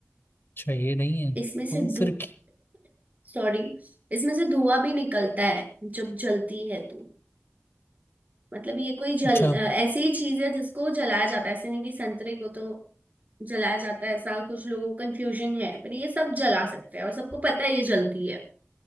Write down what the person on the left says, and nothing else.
अच्छा ये नहीं है
तो
फिर क-
अच्छा